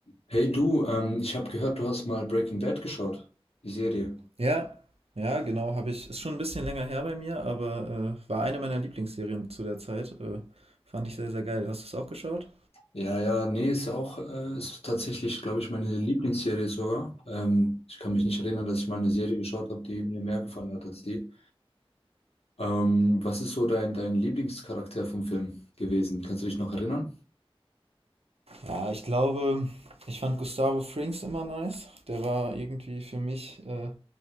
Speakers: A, on the left; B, on the right.
A: Hey du, ähm, ich habe gehört, du hast mal Breaking Bad geschaut, die Serie.
B: Ja, ja, genau, habe ich. Ist schon ein bisschen länger her bei mir, aber, äh, war eine meiner Lieblingsserien zu der Zeit. Äh, fand ich sehr, sehr geil. Hast du es auch geschaut?
A: Ja, ja, nee, ist auch, äh, ist tatsächlich, glaube ich, meine Lieblingsserie sogar. Ähm, ich kann mich nicht erinnern, dass ich mal eine Serie geschaut habe, die mir mehr gefallen hat als die. Ähm, was ist so dein, dein Lieblingscharakter vom Film gewesen? Kannst du dich noch erinnern?
B: Ja, ich glaube Ich fand Gustavo Fring's immer nice. Der war irgendwie für mich äh,